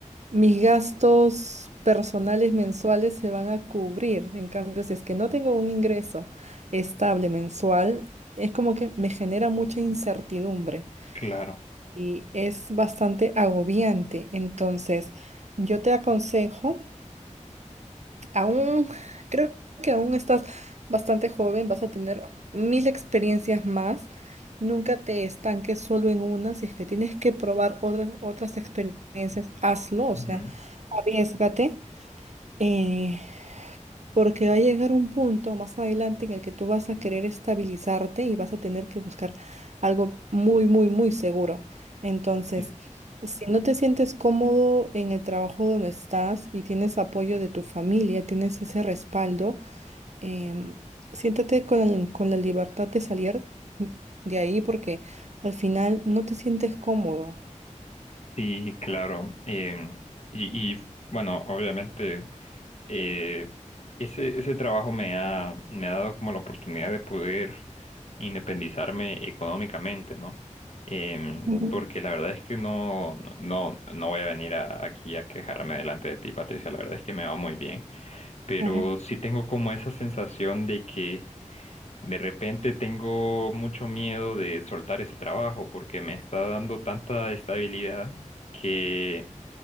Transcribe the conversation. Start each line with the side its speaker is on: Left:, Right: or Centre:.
Right: mis gastos personales mensuales se van a cubrir. En cambio, si es que no tengo un ingreso estable mensual, es como que me genera mucha incertidumbre
Left: claro.
Right: y es bastante agobiante. Entonces, yo te aconsejo Aún, creo que aún estás bastante joven, vas a tener mil experiencias más. Nunca te estanques solo en una. Si es que tienes que probar otras, otras experiencias, hazlo, o
Left: Ujú,
Right: sea, arriésgate. Eh, porque va a llegar un punto más adelante en el que tú vas a querer estabilizarte y vas a tener que buscar algo muy, muy, muy seguro. Entonces,
Left: Sí,
Right: si no te sientes cómodo en el trabajo donde estás y tienes apoyo de tu familia, tienes ese respaldo, em, siéntate con, el- con la libertad de salir de ahí porque al final no te sientes cómodo.
Left: sí, claro. Em, y, y, bueno, obviamente, eh, ese, ese trabajo me ha, me ha dado como la oportunidad de poder independizarme económicamente, ¿no? Em,
Right: Ujú.
Left: porque la verdad es que no, no, no no voy a venir a- aquí a quejarme delante de ti, Patricia. La verdad es que me va muy bien. pero
Right: Ajá.
Left: sí tengo como esa sensación de que de repente tengo mucho miedo de soltar ese trabajo porque me está dando tanta estabilidad que